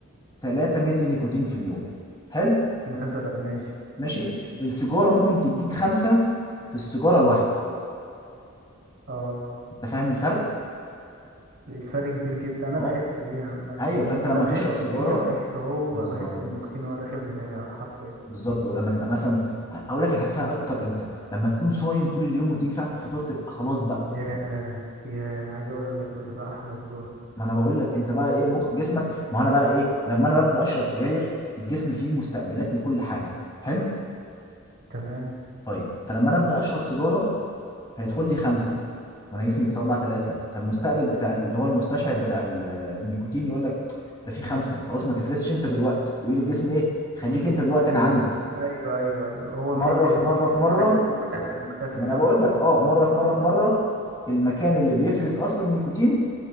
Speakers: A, on the left; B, on the right.
A: 3 مللي نيكوتين في اليوم حلو
B: مثلا ماشي
A: ماشي
B: ماشي
A: السيجاره ممكن تديك خمسة في السيجاره الواحده
B: اه
A: انت فاهم الفرق
B: الفرق كبير جدا انا
A: اه
B: بحس بيها عامة
A: ايوه
B: آه.
A: فانت لما
B: انا بحس
A: تشرب سيجاره
B: بيها بحس هو
A: بالظبط
B: بحس النيكوتين هو داخل دماغي على الحرف ايه
A: بالظبط ولما تبقى مثلا اقول لك هتحسها اكتر امتى لما تكون صايم طول اليوم وتيجي ساعه الفطار تبقى خلاص بقى
B: ياه ياه عايز اقول لك بتبقى احلى سجارة
A: ما انا بقول لك انت بقى ايه مخ جسمك ما هو انا بقى ايه لما انا ببدا اشرب سجاير الجسم فيه مستقبلات لكل حاجه حلو
B: تمام
A: طيب فلما انا ابدا اشرب سيجاره هيدخل لي خمسه وانا جسمي بيطلع ثلاثه فالمستقبل بتاع اللي هو المستشعر بتاع ال- النيكوتين يقول لك ده في خمسه خلاص ما تفرسش انت دلوقتي يقول للجسم ايه خليك انت دلوقتي
B: إيه،
A: انا عندي
B: ايوه ايوه ايوه هو محتاج
A: مره في
B: مكتفي
A: مره في مره
B: مكتفي مكتفي،
A: ما
B: فاهم
A: انا بقول
B: قصدي
A: لك اه مره في مره في مره المكان اللي بيفرز اصلا النيكوتين